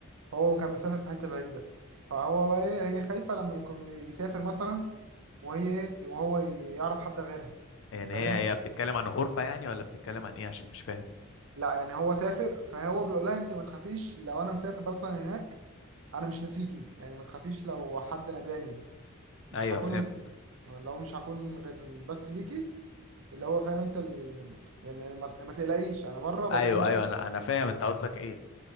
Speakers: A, on the right; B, on the left.
A: هو كان مسافر في حتة بعيدة فهو بقى إيه هي خايفة لما يكون يسافر مثلا وهي إيه، وهو يعرف حد غيرها
B: يعني
A: أنت فاهم
B: هي هي بتتكلم عن غربة يعني ولا بتتكلم عن ايه عشان مش فاهم
A: لا يعني هو سافر فهو بيقول لها انت ما تخافيش لو انا مسافر مثلا هناك انا مش ناسيكي يعني ما تخافيش لو حد ناداني مش
B: ايوه
A: هكون
B: فهمت
A: لو مش هكون غير بس ليكي اللي هو فاهم انت ال... يعني ما, ما تقلقيش انا بره بس
B: ايوه
A: انت
B: ايوه انا انا فاهم انت قصدك ايه